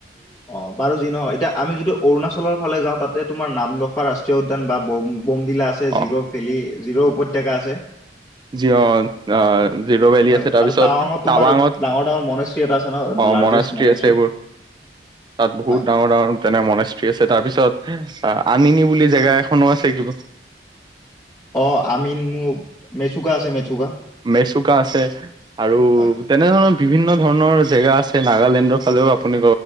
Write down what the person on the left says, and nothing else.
অ'। বাৰু যি নহয় এতিয়া আমি যদি অৰুণাচলৰ ফালে যাওঁ তাতে তোমাৰ নামদফা ৰাষ্ট্ৰীয় উদ্যান বা বম বমডিলা আছ ছে,
জিৰ'ভেলি জিৰ' উপত্যকা আছে।
হয়
আৰু টাৱাঙত তোমাৰ
ডাঙৰ ডাঙৰ মনেষ্ট্ৰী এটা আছে ন
লাৰ্জেষ্ট
মনেষ্ট্ৰী
হয়
অ' আনিনি মেচুকা আছে, মেচুকা।
হয়